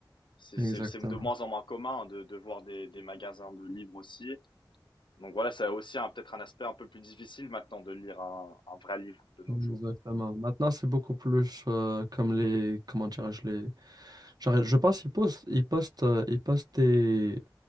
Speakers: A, on the left (about 80°); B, on the right (about 55°).
A: c'est,
B: bien.
A: c'est,
B: Exactement.
A: c'est de moins en moins commun hein, de, de voir des, des magasins de livres aussi. Donc voilà, ça a aussi un- peut-être un aspect un peu plus difficile maintenant de lire un, un vrai livre de nos
B: Exactement.
A: jours.
B: Maintenant, c'est beaucoup plus euh, comme les, comment dirais-je, les, genre, je pense qu'ils postent, ils postent, euh, ils postent des-